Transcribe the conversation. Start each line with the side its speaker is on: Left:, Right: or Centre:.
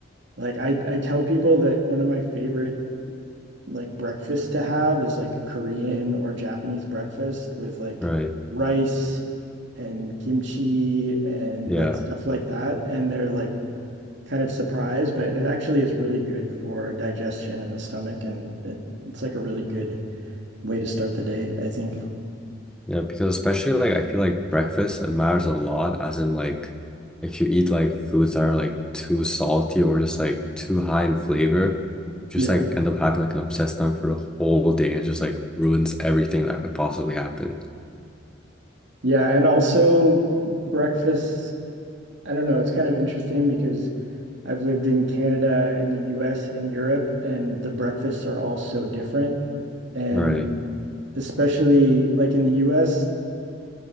Right: like I I tell people that one of my favorite like breakfast to have is like Korean or Japanese breakfast with like
Centre: Right.
Right: rice and kimchi and
Centre: Yeah.
Right: like stuff like that. And they're like kind of surprised, but it actually is really good for digestion in the stomach. And it, it's like a really good way to start the day, I think.
Centre: Yeah, because especially like I feel like breakfast it matters a lot, as in like if you eat like foods that are like too salty or just like too high in flavor, just
Right: Yeah.
Centre: like end up having like an upset stomach for the whole day and just like ruins everything that could possibly happen.
Right: Yeah. And also breakfast, I don't know, it's kind of interesting because I've lived in Canada and the US and Europe, and the breakfasts are all so different. Yeah. And
Centre: Right.
Right: especially like in the U.S.,